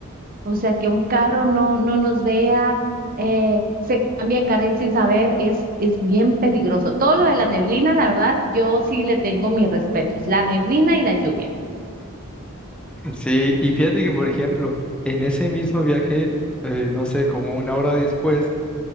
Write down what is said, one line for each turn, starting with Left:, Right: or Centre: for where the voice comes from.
Right: O sea, que un carro no, no nos vea, eh, se cambia de carril sin saber, es, es bien peligroso. Todo lo de la neblina, la verdad, yo sí le tengo mis respetos. La neblina y la lluvia.
Centre: Sí, y fíjate que, por ejemplo, en ese mismo viaje, eh, no sé, como una hora después,